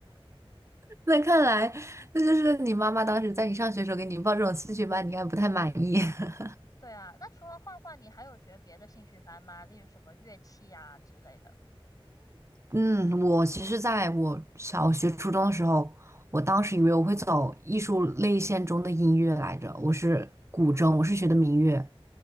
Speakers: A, on the right (about 30°); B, on the left (about 40°).
A: 那看来，那就是你妈妈当时在你上学的时候给你报这种兴趣班，你应该不太满意。<laughs>
B: 对啊，那除了画画，你还有学别的兴趣班吗？例如什么乐器啊之类的？
A: 嗯，我其实在我小学、初中的时候，我当时以为我会走艺术类线中的音乐来着，我是古筝，我是学的民乐。